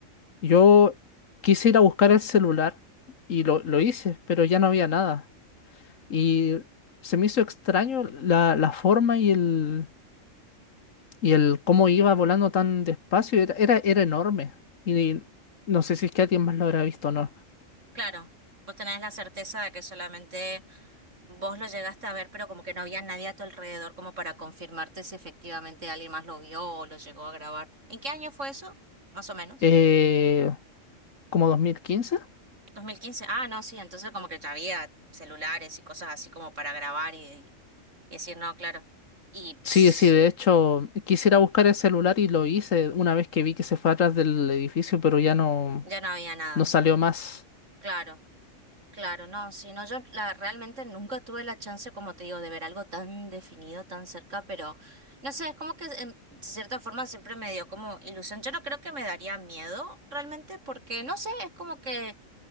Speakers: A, on the left; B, on the right.
A: Yo quise ir a buscar el celular y lo, lo hice, pero ya no había nada. Y se me hizo extraño la, la forma y el, Y el cómo iba volando tan despacio era, era, era enorme. Y no sé si es que alguien más lo habrá visto o no.
B: Claro, vos tenés la certeza de que solamente vos lo llegaste a ver, pero como que no había nadie a tu alrededor como para confirmarte si efectivamente alguien más lo vio o lo llegó a grabar. ¿En qué año fue eso? Más o menos.
A: Eh, ¿como dos mil quince
B: 2015. Ah, no, sí, entonces como que ya había celulares y cosas así como para grabar y, y decir, no, claro. Y pss,
A: Sí, sí, de hecho, quisiera buscar el celular y lo hice una vez que vi que se fue atrás del edificio, pero ya no,
B: ya no había nada.
A: no salió más.
B: Claro. Claro, no, si no, yo la, realmente nunca tuve la chance, como te digo, de ver algo tan definido, tan cerca, pero no sé, es como que en- de cierta forma siempre me dio como ilusión. Yo no creo que me daría miedo realmente, porque no sé, es como que